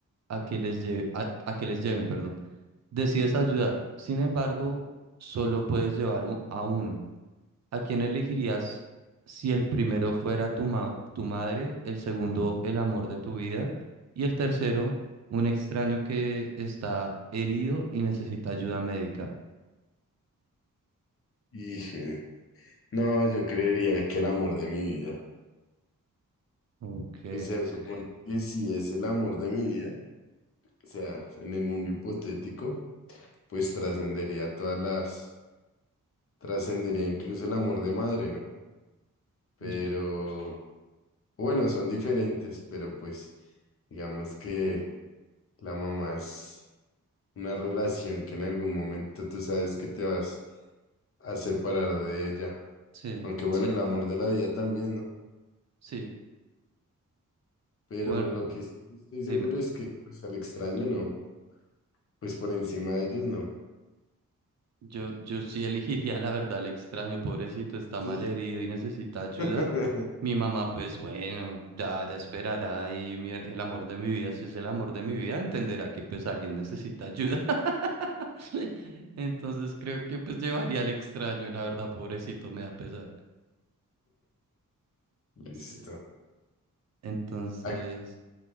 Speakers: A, on the right; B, on the left.
A: a que les lleve- a, a que les lleven, perdón. Decides ayudar. Sin embargo, solo puedes llevar u- a uno. ¿A quién elegirías si el primero fuera tu ma- tu madre, el segundo el amor de tu vida y el tercero un extraño que está herido y necesita ayuda médica?
B: Híjole. No, yo creería que el amor de mi vida.
A: Ok,
B: Pues se supone Ok. que si es el amor de mi vida, o sea, en el mundo hipotético, pues trascendería todas las trascendería incluso el amor de madre, ¿no? Pero
A: ok,
B: bueno, son diferentes, pero pues digamos que la mamá es una relación que en algún momento tú sabes que te vas a separar de ella.
A: sí,
B: Aunque bueno, el amor de la vida también, ¿no?
A: sí.
B: Pero
A: Bueno,
B: lo que sí estoy
A: dime.
B: seguro es que pues al extraño no, pues por encima de ellos no.
A: Yo, yo sí <laughs> elegiría la verdad el extraño, pobrecito, está
B: Sí.
A: mal herido y necesita
B: <laughs>
A: ayuda. Mi mamá, pues bueno, ya, ya esperará y mi- el amor de mi vida, si es el amor de mi vida, entenderá que pues alguien necesita ayuda. <laughs> Entonces creo que pues llevaría al extraño, la verdad, pobrecito, me da pesar.
B: Listo.
A: Sí. Entonces,
B: Ac-